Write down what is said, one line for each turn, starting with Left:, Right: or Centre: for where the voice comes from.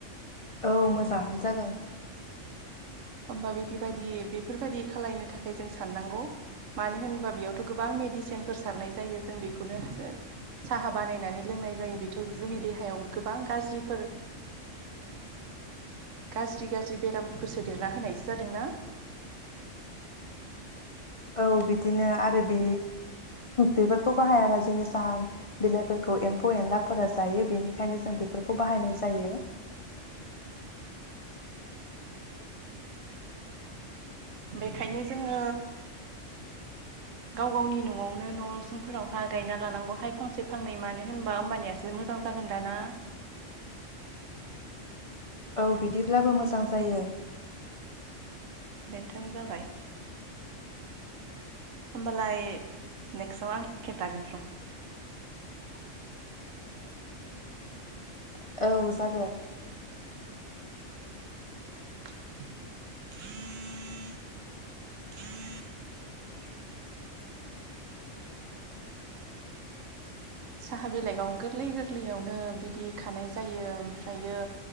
Left: औ मोजाङानो जागोन।
Right: होमबा बिदि बायदि बेफोरबायदि खालामलायनो थाखाय जों साननांगौ मानो होनोबा बेयावथ' गोबां मेडिसिनफोर सारनाय जायो जों बेखौनो साहा बानायनानै लोङो बुंनाय जायो बेथ' जोंनि देहायाव गोबां गाज्रिफोर
Left: <inaudible>
Right: गाज्रि गाज्रि बे फोरखौ सोदेरना होनायसो जादोंना
Left: औ बिदिनो आरो बे बेफोरखौ बाहायाबा जोंनि साहा बिलाइफोरखौ एम्फौ एनलाफोरा जायो बेनिखायनो जों बे बानायनाय जायो।
Right: बेखायनो जोङो गाव गावनि न'आवनो न'सुंफोरावहाय गायना लानांगौहाय फांसे फांनै मानो होनबा होमबा नियासो मोजां मोजां जागोन दाना
Left: <unintelligible> औ बिदिब्लाबो मोजां जायो।
Right: बेन्थाम जाबाय होमबालाय नेक्स्टआव आं खेन्थागोन र'।
Left: <inaudible> औ जागोन।
Right: <inaudible>
Left: <inaudible>
Right: साहा बिलाइखौ गोरलै गोरलैयावनो बिदि खानाय जायो ओमफ्रायो